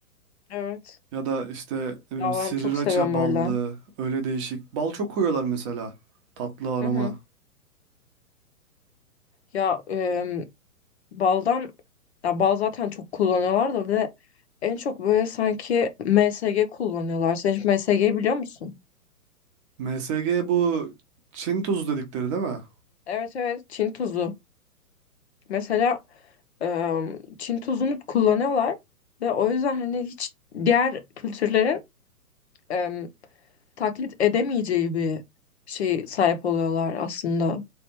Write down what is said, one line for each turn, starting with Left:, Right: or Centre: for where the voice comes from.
Left: Evet.
Right: ya da işte ne bileyim
Left: Ya
Right: sriracha
Left: ben çok seviyorum
Right: ballı
Left: öyle.
Right: öyle değişik. Bal çok koyuyorlar mesela tatlı arama.
Left: Hı hı. Ya em, baldan ya bal zaten çok kullanıyorlar da bir de en çok böyle sanki MSG kullanıyorlar. Sen hiç MSG'yi biliyor musun?
Right: MSG bu Çin tuzu dedikleri değil mi?
Left: Evet evet Çin tuzu. Mesela em, Çin tuzunu kullanıyorlar ve o yüzden hani hiç diğer kültürlerin em, taklit edemeyeceği bir şey sahip oluyorlar aslında.